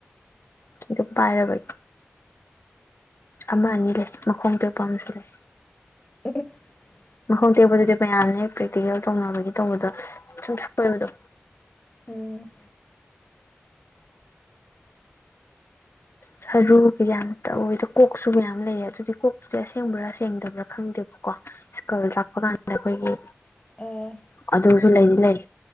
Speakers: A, on the left (about 70°); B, on the left (about 30°).
A: ꯑꯗꯨ ꯄꯥꯔꯕꯩ ꯑꯃ ꯑꯅꯤ ꯂꯩ ꯃꯈꯣꯡ ꯇꯦꯛꯄ ꯑꯃ ꯂꯩ
B: <unintelligible>
A: ꯃꯈꯣꯡ ꯇꯦꯛꯄꯗꯨꯗꯤ ꯃꯌꯥꯝꯅꯦ ꯍꯦ ꯄ꯭ꯔꯦꯛꯇꯤꯀꯦꯜ ꯇꯧꯅꯕꯒꯤ ꯇꯧꯕꯗ ꯁꯨꯡꯁꯣꯏꯕꯗꯣ
B: ꯎꯝ
A: ꯁꯔꯨ ꯀ ꯌꯥꯝ ꯇꯧꯋꯦꯗ ꯀꯣꯛꯁꯨ ꯃꯌꯥꯝ ꯂꯩꯌꯦ ꯑꯗꯨꯗꯤ ꯀꯣꯛꯇꯨꯗꯤ ꯑꯁꯦꯡꯕ꯭ꯔꯥ ꯁꯦꯡꯗꯕ꯭ꯔꯥ ꯈꯪꯗꯦꯕꯀꯣ ꯏꯁꯀꯜ ꯀꯥꯞꯄ ꯀꯥꯟꯗ ꯑꯩꯈꯣꯏꯒꯤ
B: ꯑꯣ
A: ꯑꯗꯨꯁꯨ ꯂꯩꯗꯤ ꯂꯩ